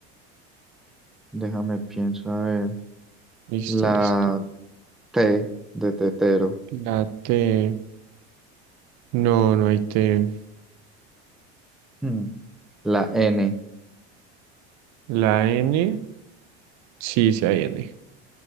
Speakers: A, in the centre; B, on the right.
A: déjame pienso, a ver.
B: Listo,
A: La
B: listo.
A: T de tetero.
B: La T. No, no hay T.
A: Hmm, La N.
B: La N, sí, sí hay N.